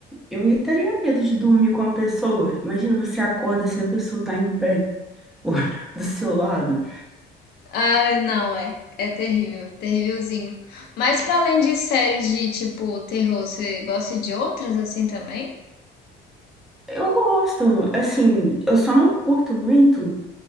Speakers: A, in the centre; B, on the left (about 55°).
A: Eu teria medo de dormir com a pessoa. Imagina, você acorda assim, a pessoa tá em pé. olho <laughs> do seu lado.
B: Ai, não, é. É terrível, terrívelzinho. Mas pra além de séries de tipo terror, você gosta de outras assim também?
A: Eu gosto, assim, eu só não curto muito